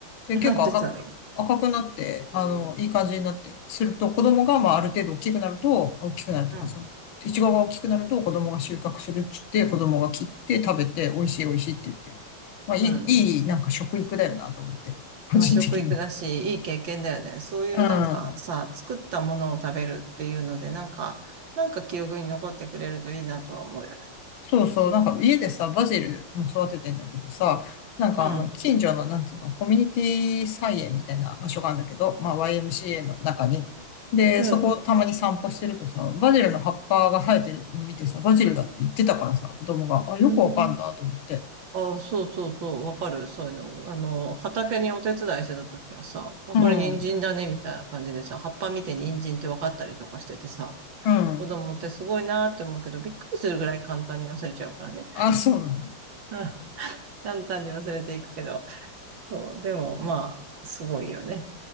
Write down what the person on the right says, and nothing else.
なんでだろ
う。うん。
うん。
まあ、食育だし、いい経験だよね。そういうなんかさ、
作ったものを食べるっていうので、なんか、なんか記憶に残ってくれるといいなとは思うよね。
うん。
うん。
うん。あ、そうそうそう、わかる。そういうの。あの、畑にお手伝いしてた時はさ、あ、
これ人参だね、
みたいな感じでさ、葉っぱ見て人参って分かったりとかしててさ、
子供ってすごいなーって思うけど、びっくりするぐらい簡単に忘れちゃうからね。
うん、簡単に忘れていくけど。そう、でもまあ、すごいよね。